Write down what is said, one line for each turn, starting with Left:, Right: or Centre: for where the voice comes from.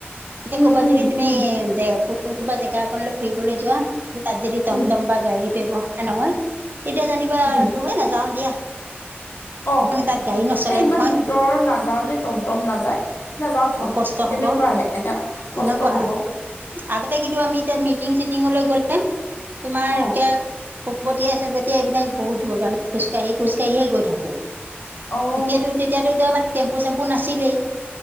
Left: উম
Right: কবাতে
Left: উম
Right: যদি তুমি
Left: উম
Right: কোন কোনোবা জেগা অকনলৈ ফুৰিবলৈ যোৱা? তাত যদি টমটম
Left: উম
Right: বা গাড়ীতে ব নহয়? তেতিয়া জানিবা
Left: উম
Right: আৰু এ নাযাওঁ দিয়া।
Left: অ',
Right: তাত গাড়ী
Left: হয়।
Right: নচলে
Left: এ ইমান
Right: নহয়
Left: ভিতৰৰ নাযাও দেই টমটম নাযায়। নাযাও থ।
Right: কষ্ট হ'ব
Left: এনেকুৱাহে, কষ্ট
Right: এনেকুৱা
Left: হব।
Right: হয়। আগতে কিন্তু আমি এতিয়া মিটিং চিটিঙলৈ গ'লে, তোমাৰ
Left: অ
Right: এতিয়া গতীয়া চে গতিয়াই <unintelligible> বহুত দৰ আমি খোজকাঢ়ি-খোজকাঢ়িয়ে গৈ থাকোঁ।
Left: অ'।
Right: তেতিয়াতো-তেতিয়াতো আমাৰ টেম্পু চেম্পু নাছিলেই,